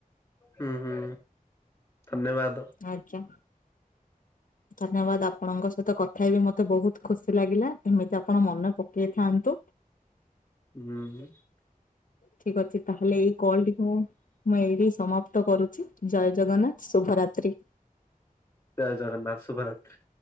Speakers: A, on the left; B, on the left.
A: ହୁଁ ହୁଁ ଧନ୍ୟବାଦ।
B: ଆଜ୍ଞା ଧନ୍ୟବାଦ ଆପଣଙ୍କ ସହିତ କଥା ହେ ବିି ମତେ ବହୁତ ଖୁସି ଲାଗିଲା, ଏମିତି ଆପଣ ମନେ ପକେଇଥା ନ୍ତୁ।
A: ହୁଁ ।
B: ଠିକ ଅଛି ତାହେଲେ ଏଇ କଲଟିକୁ ମୁଁ ଏଇଠି ସମାପ୍ତ କରୁଛି ଜୟ ଜଗନ୍ନାଥ ଶୁଭରାତ୍ରି।
A: ଜୟ ଜଗନ୍ନାଥ ଶୁଭରାତି।